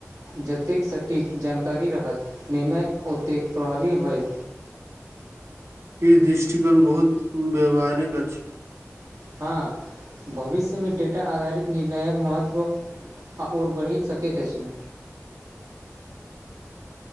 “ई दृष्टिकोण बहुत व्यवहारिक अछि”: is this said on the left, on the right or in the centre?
Right